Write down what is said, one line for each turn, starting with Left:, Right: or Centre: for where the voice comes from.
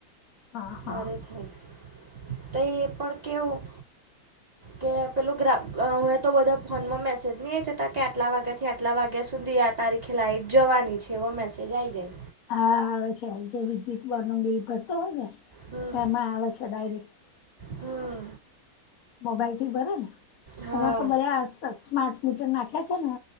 Left: હા હા
Right: ત્યારે થાય તો એ પણ કેવું.
Left: હ.
Right: કે પેલું ગ્રા હવે તો બધા ફોનમાં મેસેજ નહીં જતા કે આટલા વાગ્યાથી આટલા વાગ્યા સુધી યાર. તારીખે લઇટ જવાની છે એવો મેસેજ આવી જાય.
Left: હા આવે છે છે વિદ્યુત કરતો હોય
Right: હમ
Left: ને એમાં આવે છે ડાયરેક્ટ.
Right: હમ.
Left: મોબાઈલ થી ભરે ને
Right: હા
Left: અમારે તો ભલે સ્માર્ટ મીટર નાખ્યા છે ને.